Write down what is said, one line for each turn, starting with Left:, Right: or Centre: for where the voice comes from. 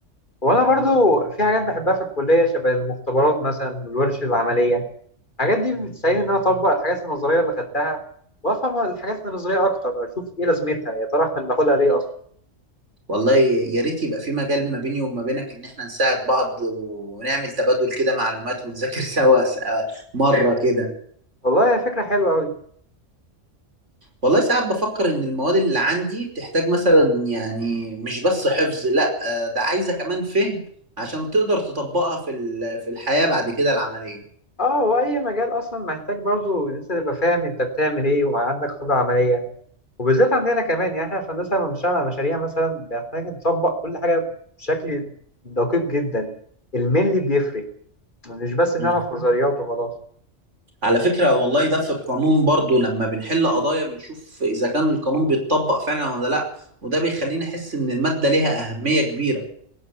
Left: وأنا برضو في حاجات بحبها في الكلية شبه المختبرات مثلا والورش العملية الحاجات دي بتساعدني إن أنا أطبق الحاجات النظرية اللي خدتها وأفهم الحاجات النظرية أكتر أشوف إيه لازمتها يا ترى إحنا بناخدها ليه أصلا
Right: والله يا ريت يبقى في مجال ما بيني وما بينك ان احنا نساعد بعض ونعمل تبادل كده معلومات ونذاكر <laughs> سوا س- آه، مرة كده
Left: والله هي فكرة حلوة أوي
Right: والله ساعات بفكر ان المواد اللي عندي بتحتاج مثلا يعني مش بس حفظ لا آه، ده عايزة كمان فهم عشان تقدر تطبقها في ال- في الحياة بعد كده العملية
Left: أه هو أي مجال أصلا محتاج برضو إن أنت تبقى فاهم أنت بتعمل إيه وعندك خبرة عملية وبالذات عندنا كمان يعني احنا في هندسه لما بنشتغل على مشاريع مثلا بنحتاج نطبق كل حاجه بشكل دقيق جدا الملي بيفرق مش بس
Right: مم.
Left: نعرف نظريات وخلاص
Right: على فكرة والله ده في القانون برضو لما بنحل قضايا بنشوف إذا كان القانون بيتطبق فعلا ولا لأ وده بيخليني أحس إن المادة ليها أهمية كبيرة